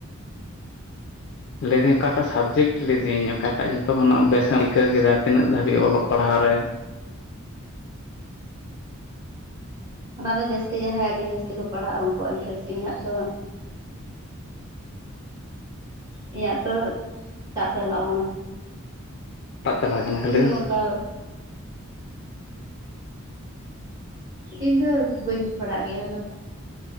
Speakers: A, on the left; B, on the right.
A: ᱞᱟᱹᱭᱫᱟᱹᱧ ᱚᱠᱟᱴᱟᱜ ᱥᱟᱵᱽᱡᱮᱠᱴ ᱞᱤᱫᱟᱹᱧ ᱚᱠᱟᱴᱟᱜ ᱡᱷᱚᱛᱚ ᱠᱷᱚᱱᱟᱜ ᱵᱮᱥᱮ ᱮᱢ ᱟᱹᱭᱠᱟᱹᱣ ᱠᱮᱫᱟ? ᱛᱤᱱᱟᱹᱜ ᱫᱷᱟᱹᱵᱤᱡ ᱚᱞᱚᱜ ᱯᱟᱲᱦᱟᱣ ᱨᱮ
B: ᱚᱱᱟ ᱫᱚ ᱡᱟᱹᱥᱛᱤ ᱡᱟᱦᱟᱸᱭ ᱟᱹᱰᱤ ᱡᱟᱹᱥᱛᱤ ᱠᱚ ᱯᱟᱲᱦᱟᱜᱼᱟ ᱩᱱᱠᱩᱣᱟᱜ ᱤᱱᱴᱨᱮᱥᱴ ᱤᱧᱟᱹᱜ ᱛᱚ ᱤᱧᱟᱹᱜ ᱛᱚ ᱛᱟᱯ ᱪᱟᱞᱟᱣ ᱠᱟᱱᱟ᱾
A: ᱴᱟᱜ ᱪᱟᱞᱟᱣ ᱠᱟᱱᱟ ᱠᱷᱟᱹᱞᱤ
B: ᱤᱧ ᱫᱚ ᱚᱱᱠᱟ ᱤᱧ ᱫᱚ ᱵᱟᱹᱧ ᱯᱟᱲᱟᱜ ᱜᱮᱭᱟ ᱚᱱᱟ ᱫᱚ᱾